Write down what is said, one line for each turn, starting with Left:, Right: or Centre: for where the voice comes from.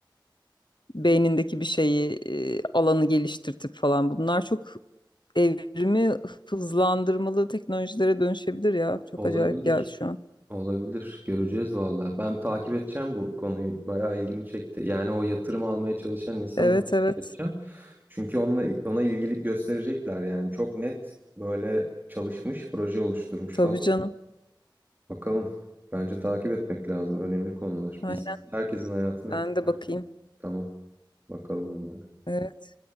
Left: beynindeki bir şeyi, e, alanı geliştirtip falan bunlar çok evrimi hızlandırmalı teknolojilere dönüşebilir ya. Çok
Right: Olabilir.
Left: acayip geldi şu an.
Right: Olabilir. Göreceğiz valla. Ben takip edeceğim bu konuyu. Bayağı ilgimi çekti. Yani o yatırım almaya çalışan insanı
Left: Evet
Right: da
Left: evet.
Right: takip edeceğim. Çünkü onunla, ona ilgilik gösterecekler yani. Çok net böyle çalışmış, proje oluşturmuş
Left: Tabii
Right: falan.
Left: canım.
Right: Bakalım. Bence takip etmek lazım. Önemli konular.
Left: Aynen
Right: Biz herkesin hayatını
Left: ben
Right: etkiler.
Left: de bakayım.
Right: Tamam. Bakalım bunlara.
Left: Evet.